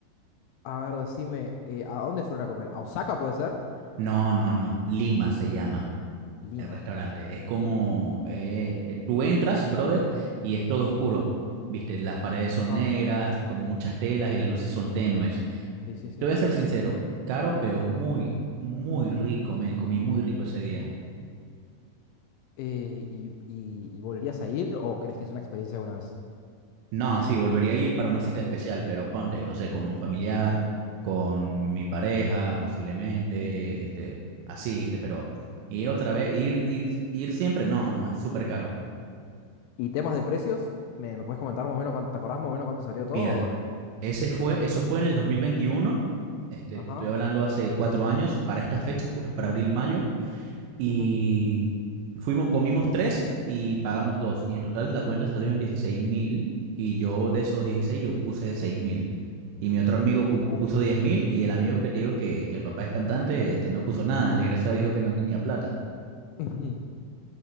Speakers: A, on the left (about 80°); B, on the right (about 75°).
A: A ver, decime, eh, ¿a dónde fueron a comer? ¿A Osaka puede ser?
B: No, no, no. Lima se llama
A: Lima.
B: el restaurante. Es como eh, tú entras, brother, y es todo oscuro. Viste, las paredes son
A: Ajá.
B: negras, como muchas telas y las luces son tenues.
A: Sí, sí, sí.
B: Te voy a ser sincero, caro, pero muy, muy rico, me comí muy rico ese día.
A: eh, y, y- y volverías a ir o crees que es una experiencia de una vez?
B: No, sí, volvería a ir para una cita especial, pero ponte, no sé, con un familiar, con mi pareja, posiblemente, este, así, este, pero ir otra vez, ir, ir, ir siempre, no, no, es súper caro.
A: ¿Y temas de precios? ¿Me, me puedes comentar más o menos cuánto, te acordás más o menos cuánto salió
B: Mira,
A: todo o no?
B: ese fue, eso fue en el 2021, este,
A: Ajá.
B: estoy hablando hace cuatro años, para estas fechas, justo para abril, mayo, y
A: ujú.
B: fuimos, comimos tres y pagamos dos. Y en total la cuenta salió en dieciséis mil y yo de esos 16 yo puse seis mil. Y mi otro amigo pu-
A: Uh.
B: puso diez mil y el amigo que te digo que, que el papá es cantante este, no puso nada. El desgraciado dijo que no tenía plata.
A: <laughs>